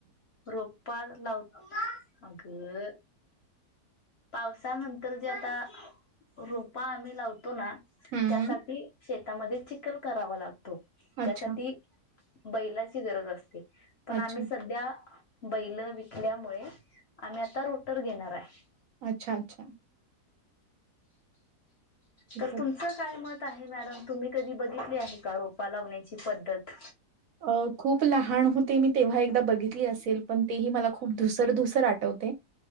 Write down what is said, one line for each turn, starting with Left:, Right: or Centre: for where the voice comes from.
Left: रोपा लावत अगं पावसानंतर जे आता रोपा आम्ही लावतो ना
Right: हं.
Left: त्यासाठी शेतामध्ये चिखल करावा लागतो.
Right: अच्छा,
Left: त्यासाठी बैलाची गरज असते पण
Right: अच्छा,
Left: आम्ही सध्या बैल विकल्यामुळे आम्ही आता रोटर घेणार आहे.
Right: अच्छा! अच्छा! खूपच
Left: तर तुम तुमच काय मत आहे मॅडम तुम्ही कधी बघितली आहे का रोपा लावण्याची पद्धत.
Right: अ खूप लहान होते मी तेव्हा एकदा बघितली असेल पण तेही मला खूप धुसर धुसर आठवतय.